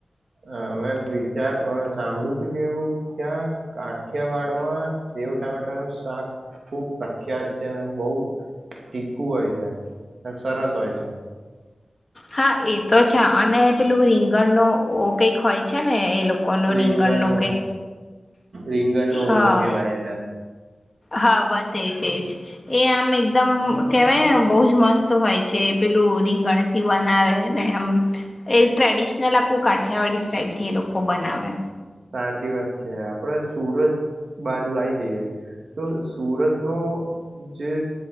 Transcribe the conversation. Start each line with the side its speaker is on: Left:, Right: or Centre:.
Right: અહ મેં વિચાર સાંભળ્યું છું કે એવું ત્યાં કાઠિયાવાડમાં સેવ ટામેટાનુંું શાક ખુબ પ્રખ્યાત છે અને બહ તીખું હોય છે અને સરસ હોય છે
Left: હા, એતો છે અને પેલું રીંગણ નો ઓ કઈક હોય છે ને એ લોકોનું
Right: રીંગણનો
Left: રીંગણ નું કઈક
Right: રીંગણનો
Left: હા.
Right: ઓળો કેવાય એને
Left: હા, બસ સેજ એજ એ આમ એકદમ કેવાય ને બહુ જ મસ્ત હોય છે પેલું રીંગણથી બનાવે ને એમ એ ટ્રેડિશનલ આખું કાઠિયાવાડી સ્ટાઈલથી એ લોકો બનાવે
Right: સાચી વાત છે, આપડે સુરત બાજુ આઈ જઈએ. તો સુરતનો જે